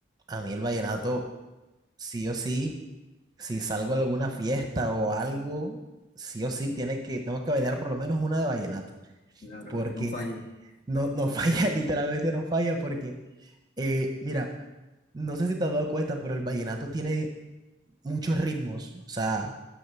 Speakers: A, on the right; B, on the left.
A: a mí el vallenato sí o sí si salgo a alguna fiesta o algo, sí o sí tiene que, tengo que bailar por lo menos una de vallenato,
B: Claro,
A: porque
B: la que no falle.
A: no, no <laughs> falla, literalmente no falla, porque, eh, mira, no sé si te has dado cuenta, pero el vallenato tiene muchos ritmos, o sea,